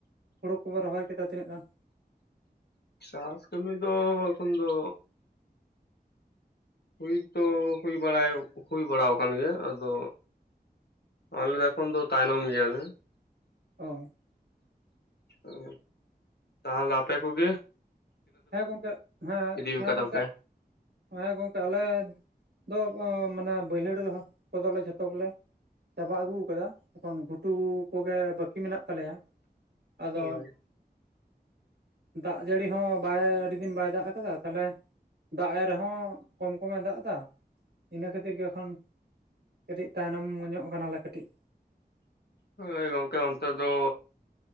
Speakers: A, on the right (about 85°); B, on the left (about 75°).
A: ᱦᱩᱲᱩ ᱠᱚᱯᱮ ᱨᱚᱦᱚᱭ ᱠᱮᱫᱟ ᱛᱤᱱᱟᱹ ᱜᱟᱱ?
B: ᱪᱟᱥ ᱠᱟᱹᱢᱤ ᱫᱚ ᱮᱠᱷᱚᱱ ᱫᱚ ᱦᱩᱭ ᱛᱚ ᱦᱩᱭ ᱵᱟᱲᱟᱭ ᱦᱩᱭ ᱵᱟᱲ ᱟᱠᱟᱱ ᱜᱮᱭᱟ ᱟᱫᱚ ᱟᱞᱮ ᱫᱚ ᱮᱠᱷᱚᱱ ᱫᱚ ᱛᱟᱭᱱᱚᱢ ᱜᱮᱭᱟᱞᱮ
A: ᱚᱸ,
B: ᱩᱻᱻ ᱛᱟᱦᱚᱞᱮ ᱯᱮ ᱠᱚ ᱜᱮ
A: ᱦᱮᱸ ᱜᱚᱝᱠᱮ ᱦᱮᱸ,
B: ᱤᱫᱤ
A: ᱦᱮᱸ
B: ᱠᱟᱫᱟ
A: ᱜᱚᱝᱠᱮ
B: ᱯᱮ?
A: ᱦᱮᱸ ᱜᱚᱝᱠᱮ ᱟᱞᱮ ᱫᱚ ᱢᱟᱱᱮ ᱵᱟᱹᱭᱦᱟᱹᱲ ᱨᱮ ᱦᱚᱸ ᱠᱚᱫᱚᱞᱮ ᱡᱷᱚᱛᱚ ᱜᱮᱞᱮ ᱪᱟᱵᱟ ᱟᱹᱜᱩ ᱟᱠᱟᱫᱟ ᱮᱠᱷᱚᱱ ᱜᱷᱩᱴᱩ ᱠᱚᱜᱮ ᱵᱟᱹᱠᱤ ᱢᱮᱱᱟᱜ ᱛᱟᱞᱮᱭᱟ᱾ ᱟᱫᱚ
B: ᱦᱳᱭ
A: ᱫᱟᱜ ᱡᱟᱹᱲᱤ ᱦᱚᱸ ᱵᱟᱭ ᱟᱹᱰᱤ ᱫᱤᱱ ᱵᱟᱭ ᱫᱟᱜ ᱟᱠᱟᱫᱟ ᱛᱟᱦᱚᱞᱮ ᱫᱟᱜ ᱮ ᱨᱮᱦᱚᱸ ᱠᱚᱢ ᱠᱚᱢ ᱮ ᱫᱟᱜ ᱮᱫᱟ᱾ ᱤᱱᱟᱹ ᱠᱷᱟᱹᱛᱤᱨ ᱜᱮ ᱮᱠᱷᱚᱱ ᱠᱟᱹᱴᱤᱡ ᱛᱟᱭᱱᱚᱢ ᱧᱚᱜ ᱠᱟᱱᱟᱞᱮ ᱠᱟᱹᱴᱤᱡ᱾
B: ᱟᱹᱭ ᱜᱚᱢᱠᱮ ᱚᱱᱛᱮ ᱫᱚ